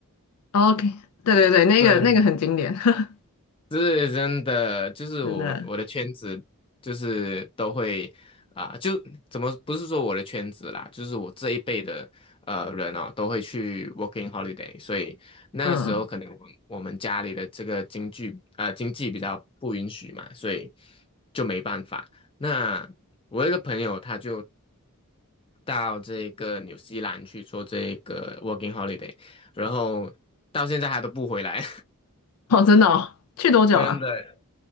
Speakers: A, on the left; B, on the left.
A: 哦 OK，对对对，那个那个很经典，
B: 对，
A: <laughs>
B: 是真的，就是我我的圈子就是都会啊、
A: 真的，
B: 就怎么不是说我的圈子啦，就是我这一辈的呃人哦，都会去 working holiday，所以那个时候可能我我们家里的这个经济呃经济比较不允许嘛，
A: 嗯，
B: 所以就没办法。那我有一个朋友他就到这个纽西兰去做这个 working holiday，然后到现在还都不回来，
A: 哦，真的哦，去多久了？
B: <laughs> 真的。